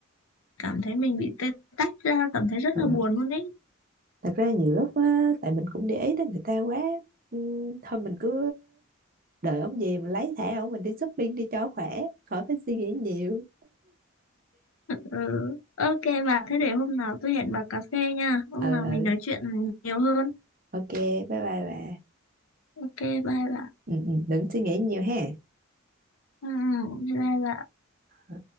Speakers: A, on the left; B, on the right.
A: cảm thấy mình bị tê tách ra cảm thấy rất
B: ờ.
A: là buồn luôn ấy
B: thật ra nhiều lúc á tại mình cũng để ý tới người ta quá ừ, thôi mình cứ đợi ông về mình lấy thẻ ông mình đi shopping đi cho khỏe khỏi phải suy nghĩ nhiều
A: ừ. ok bà thế để hôm nào tôi hẹn bà cà phê nha hôm
B: ừ
A: nào
B: ừ
A: mình nói chuyện nhiều hơn
B: ok bye bye bà
A: ok bye bà
B: ừ, ừ, đừng suy nghĩ nhiều ha
A: ừ, bye bà
B: Ừ.